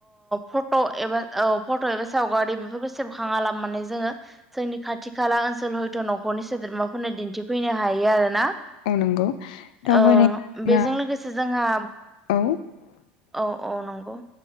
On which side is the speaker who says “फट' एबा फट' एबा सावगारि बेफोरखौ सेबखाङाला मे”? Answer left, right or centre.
Centre